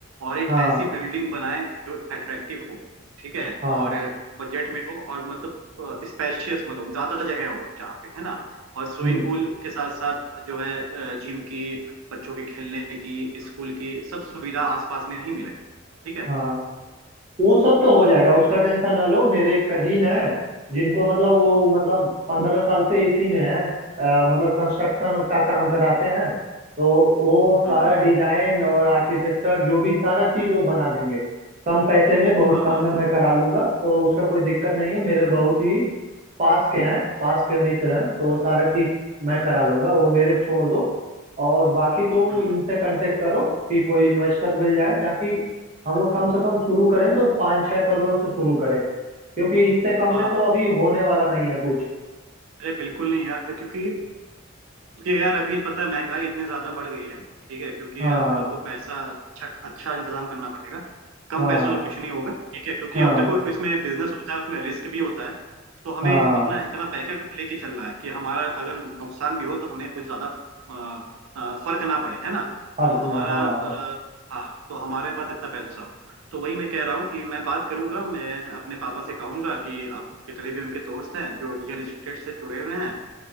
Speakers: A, on the right; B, on the right.
A: और एक
B: हाँ
A: ऐसी बिल्डिंग बनाए जो अट्रैक्टिव हो ठीक है
B: हाँ
A: और बजट में हो और मतलब स्पेशियस मतलब ज्यादा जगह हो जहाँ पे है ना और स्विमिंग
B: हम्म,
A: पूल के साथ साथ जो है जिम की बच्चों के खेलने की स्कूल की सब सुविधा आसपास में ही मिले ठीक है
B: हाँ वो सब तो हो जाएगा उसका टेंशन ना लो मेरे कजिन है जिनको मतलब वो मतलब पंद्रह साल से इसी में है अ, मतलब कंस्ट्रक्शन का काम कराते हैं तो वो
A: हम्म
B: सारा
A: हम्म,
B: डिजाइन और आर्किटेक्चर जो भी सारा चीज वो बना देंगे कम पैसे में बहुत
A: हाँ
B: कम
A: हाँ
B: में मैं
A: हाँ
B: करा लूंगा तो उसका कोई दिक्कत नहीं है मेरे
A: हाँ।
B: बहुत ही पास के हैं पास के मित्र हैं तो
A: हम्म
B: सारा चीज मैं
A: हम्म
B: करा लूंगा वो मेरे पे छोड़ दो और बाकी तुम
A: हम्म,
B: इनसे
A: हम्म,
B: कांटेक्ट करो कि कोई इन्वेस्टर मिल जाए ताकि हम लोग कम से कम शुरू करें तो पाँच छह करोड़ से शुरू करें क्योंकि इससे कम
A: हाँ
B: में
A: हाँ
B: तो अभी होने वाला नहीं है कुछ
A: अरे बिल्कुल नहीं यार क्योंकि कि यार अभी पता है महंगाई इतनी ज्यादा बढ़ गई है ठीक है क्योंकि
B: हाँ
A: हम लोग को पैसा अच्छा अच्छा इंतजाम करना पड़ेगा कम
B: हाँ
A: पैसों से कुछ नहीं होगा ठीक है क्योंकि
B: हाँ
A: अब देखो इसमें बिजनेस होता है उसमें रिस्क भी होता है तो हमें
B: हाँ
A: अपना इतना बैकअप लेके चलना है कि हमारा अगर नुकसान भी हो तो हमें कुछ ज्यादा अ, अ, फर्क ना पड़े है ना
B: फर्क
A: तो हमारा
B: ना हाँ
A: अ,
B: हाँ
A: हाँ तो हमारे पास इतना पैसा हो तो वही मैं कह रहा हूँ कि मैं बात करूंगा मैं अपने पापा से कहूंगा कि आप जितने भी उनके दोस्त हैं जो रियल एस्टेट से जुड़े हुए हैं